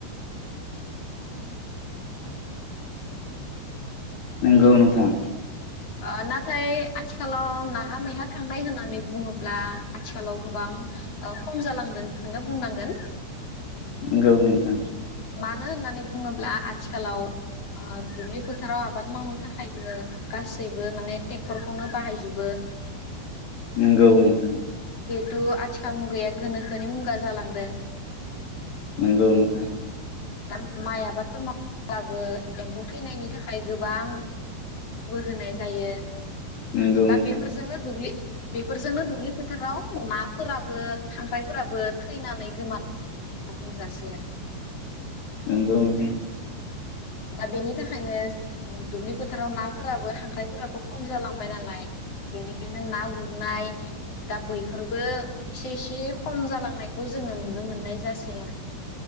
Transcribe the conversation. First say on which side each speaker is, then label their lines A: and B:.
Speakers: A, on the left; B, on the left.
A: नोंगौ नोंथां
B: ना <inaudible> नाथाय आथिखालाव नाहा नमैहा थांनाय होननानै बुङोब्ला आथिखालाव गोबां खम जालांदोंखोनो बुंनांगोन।
A: नोंगौ नोंथां
B: मानो होननानै बुङोब्ला आथिखालाव दुब्लि फोथाराव आबाद मावनो थाखायबो गासैबो माने टे क्टरखौनो बाहायजोबो
A: नोंगौ नोंथां
B: थ' आथिखाल मुगाया गोनोखोनि मुगा जालांदों।
A: नंगौ नोंथां
B: दा माइ आबादफोर मावोब्लाबो एम्फौ थैनायनि थाखाय गोबां बो होनाय जायो
A: नंगौ
B: दा
A: नोंथां
B: बेफोरजोंनो दुब्लि बेफोरजोंनो दुब्लि फोथाराव नाफोराबो खांख्राइफोराबो थैनानै गोमा बुंजासै आरो
A: नोंगौ नोंथां
B: दा बेनि थाखायनो दुब्लि फोथाराव नाफोराबो खांख्रायफोराबो खम जालांबाय नालाय बेनिखायनो ना गुरनाय दा बैफोरबो एसे एसे खम जालांनायखौ जोङो नुनो मोननाय जासै आरो।